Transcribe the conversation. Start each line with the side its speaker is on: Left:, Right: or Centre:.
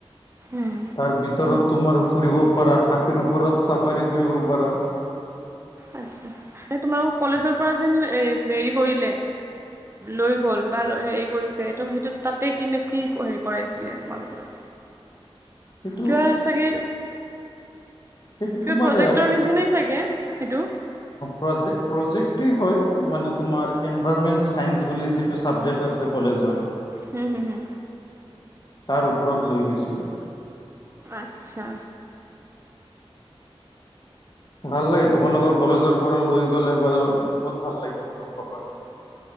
Right: উম
Left: তাৰ ভিতৰত তোমাৰ ফুৰিব পাৰা হাতীৰ ওপৰত চাফাৰী কৰিব পাৰা।
Right: আচ্ছা এই তোমালোক কলেজৰ পৰা যেন হেৰি কৰিলে। লৈ গ'ল বা হেৰি কৰিছে ত সেইটো তাতে কি কি হেৰি কৰাইছিলে তোমালোকৰ।
Left: সেইটো
Right: কিবা চাগে
Left: সেইটো
Right: কিবা
Left: তোমাৰ
Right: প্ৰজেক্টৰ নিচিনাই চাগে সেইটো।
Left: প্ৰ প্ৰজেক্টেই হয় মানে তোমাৰ এনভাইৰনমেণ্ট চাইন্স বুলি যিটো চাবজেক্ট আছে কলেজৰ।
Right: হুম হুম হুম,
Left: তাৰ ওপৰত লৈ গৈছিলে।
Right: আচ্ছা,
Left: ভাল লাগে তোমালোকৰ কলেজৰ পৰা লৈ গ'লে বাৰু বহুত ভাল লাগিব গম পাপা তেতিয়া।